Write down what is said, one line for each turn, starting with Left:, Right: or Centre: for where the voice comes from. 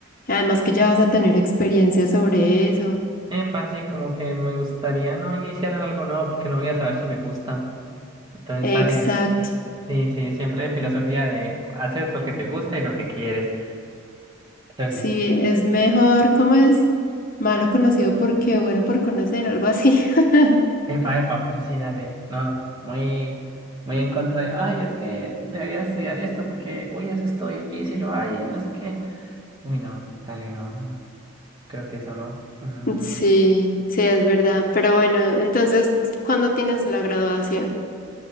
Left: Y Además que ya vas a tener experiencia sobre eso.
Right: Epa, sí, como que me gustaría no iniciar en algo nuevo porque no voy a saber si me gusta. Entonces,
Left: Exacto.
Right: dale, Sí, sí, siempre filosofía de haces lo que te gusta y lo que quieres. Entonces
Left: Sí,
Right: sí,
Left: es mejor, ¿cómo es? Malo conocido porque bueno por conocer, algo así. <laughs>
Right: epa, epa, pero sí, dale, no, muy, muy en contra de, ay, es que deberías estudiar esto porque, uy, eso es todo difícil, o ay, no sé qué. Uy, no, dale, no, no, creo que eso no. Mm,
Left: Sí, sí, es verdad. Pero bueno, entonces, ¿cuándo tienes la graduación?